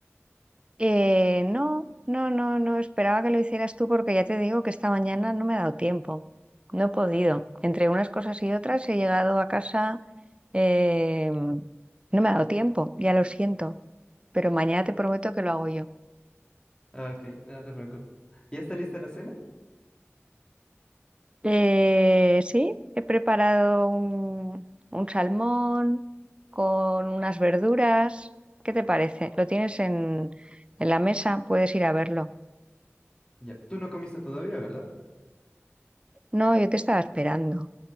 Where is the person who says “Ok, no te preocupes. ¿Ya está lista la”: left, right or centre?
Left